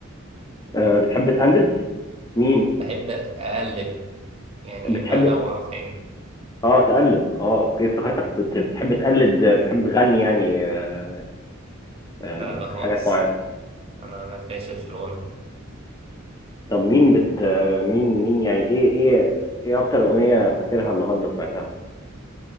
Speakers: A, on the left; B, on the right.
A: آه، بتحب تقلد مين
B: بحب أقلب يعني
A: بتحب
B: بنوع فاهمني؟
A: اه تقلب اه اوكي افتكرتك بت- بتحب تقلد بتحب تغني يعني آه، آه،
B: لا لا خالص
A: حاجات معينه
B: أنا أنا فاشل في الغنى
A: طب مين بت آه، مين مين يعني ايه ايه ايه اكتر اغنيه فاكرها النهارده سمعتها